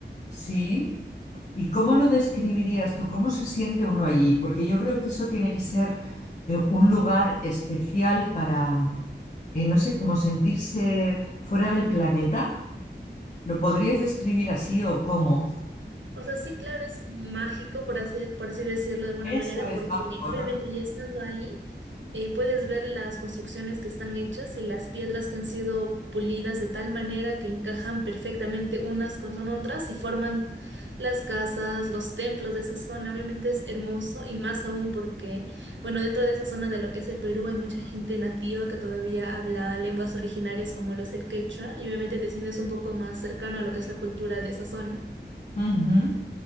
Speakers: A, on the left; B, on the right.
A: Sí. ¿Y cómo lo describirías tú? ¿Cómo se siente uno allí? Porque yo creo que eso tiene que ser eh, un lugar especial para, mm, eh, no sé, como sentirse fuera del planeta. ¿Lo podrías describir así o cómo?
B: O sea, sí, claro, es mágico, por así, por así decirlo de alguna
A: Eso
B: manera,
A: es
B: porque
A: mágico,
B: obviamente
A: ¿no? Me,
B: ya estando ahí, eh, puedes ver las construcciones que están hechas y las piedras que han sido pulidas de tal manera que encajan perfectamente unas con con otras y forman las casas, los templos de esa zona. Obviamente es hermoso y más aún porque, bueno, dentro de esa zona de lo que es el Perú hay mucha gente nativa que todavía habla lenguas originarias como lo es el quechua y obviamente te sientes un poco más cercano a lo que es la cultura de esa zona.
A: Ujú.